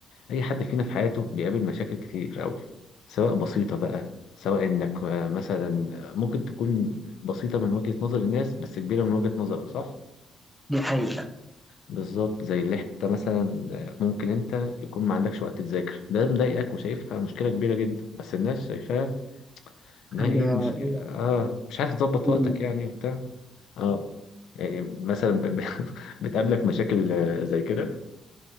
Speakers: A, on the left; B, in the centre.
A: اي حد فينا في حياته بيقابل مشاكل كتير قوي سواء بسيطه بقى سواء انك آه، مثلا آه، ممكن تكون بسيطه من وجهه نظر الناس بس كبيره من وجهه نظرك صح
B: دي حقيقة
A: بالظبط زي اللي انت مثلا آه، ممكن انت يكون ما عندكش وقت تذاكر ده مضايقك وشايفها مشكله كبيره جدا بس الناس شايفاها انها
B: حاجة
A: ايه مش
B: ايه
A: اه مش عارف تظبط
B: ابنك
A: وقتك يعني
B: كده؟
A: وبتاع اه يعني مثلا ب... ب- <laughs> بتقابلك مشاكل آه، زي كده